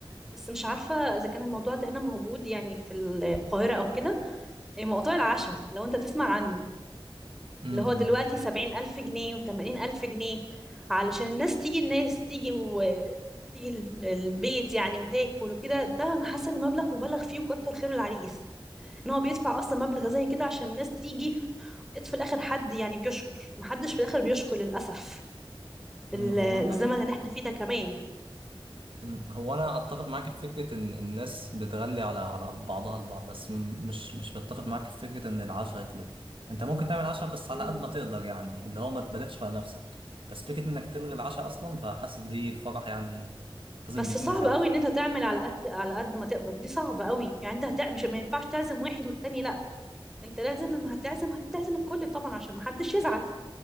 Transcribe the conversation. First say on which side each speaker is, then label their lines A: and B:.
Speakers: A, in the centre; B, on the right (about 65°).
A: بس مش عارفة اذا كان الموضوع ده هنا موجود يعني في القاهرة او كده إيه موضوع العشاء لو انت تسمع عنه
B: م-
A: اللي هو دلوقتي سبعين ألف جنيه وتمانين ألف جنيه علشان الناس تيجي الناس تيجي وتيجي ال- البيت يعني وتاكل وكده ده أنا حاسة إن مبلغ مبالغ فيه وكتر خير العريس إن هو بيدفع أصلا مبلغ زي كده عشان الناس تيجي ويت في الآخر حد يعني بيشكر محدش في الآخر بيشكر للأسف في
B: م.
A: ال-
B: هو
A: الزمن
B: أنا
A: اللي احنا فيه ده كمان
B: مم. هو انا اتفق معاك في فكره ان الناس بتغلي على على بعضها البعض بس م- مش مش بتفق
A: مم.
B: معاك في فكره ان العشاء يتلغي انت ممكن تعمل عشاء بس
A: مم.
B: على قد ما تقدر يعني اللي هو ما تبالغش على نفسك بس فكره انك تلغي العشاء اصلا فحاسس دي الفرح يعني لازم
A: بس
B: بيكون
A: صعب
B: في عشاء
A: قوي ان انت تعمل على قد على قد ما تقدر دي صعبة قوي يعني انت هت... مش ما ينفعش تعزم واحد والتاني لا انت لازم لما هتعزم هتعزم الكل طبعا عشان ما حدش يزعل